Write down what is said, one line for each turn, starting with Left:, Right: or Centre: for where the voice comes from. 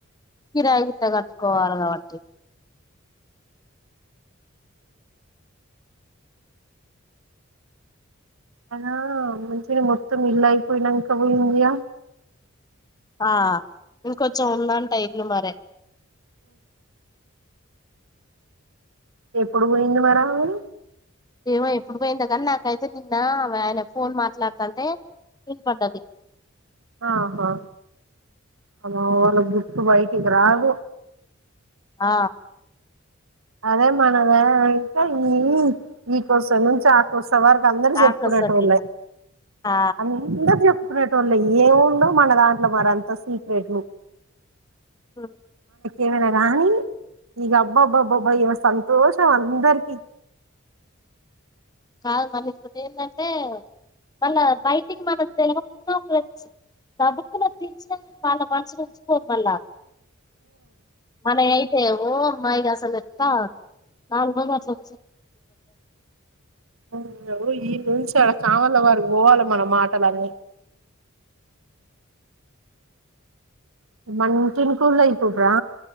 Left: కిరాయి గింత కట్టుకోవాల కాబట్టి
Right: అనా మంచిగా మొత్తం ఇల్లు అయిపోయినాంక పోయిందిగా
Left: ఆ ఇంకొంచెం ఉందంట ఇండ్లు మరి
Right: ఎప్పుడు పోయింది మరి ఆమె
Left: ఏమో ఎప్పుడు పోయింది కానీ నాకైతే నిన్న ఆమె ఆయన ఫోన్ మాట్లాడుతంటే వినపడ్డది
Right: ఆహా అ వాళ్ళ గుట్టు బయటికి రాదు
Left: ఆ
Right: అదే మనమే అయితే ఇ ఈకోస నుంచి ఆ కోస స వారికి అందరికి చెప్పుకునేటోళ్ళే
Left: ఆకసకి ఆ
Right: అందరు చెప్పు చెప్పుకునేటోల్లై ఏముందో మన దాంట్లో మరి అంత సీక్రెట్లు
Left: హ
Right: ఏవేనా గాణి ఈగ అబ్బబ్బబ్బ బ్బ ఈగా సంతోషం అందరికి
Left: కాదు మళ్ళ ఇప్పుటి ఏంటంటే మళ్ళా బయటికి మనం తెలువకున్న దబుక్కున వాళ్ళ మనసులు ఉంచుకో మళ్ళా మన ఏ ఏమో అమ్మాయి అసలు ఎట్టా నాలు మ అట్ల
Right: అయ్యో ఈ నుంచి అ సామాళ్ళ వరకూ పోవాలి మన మాటలన్నీ మన ఇంటినికెళ్ళు అయితుట్రా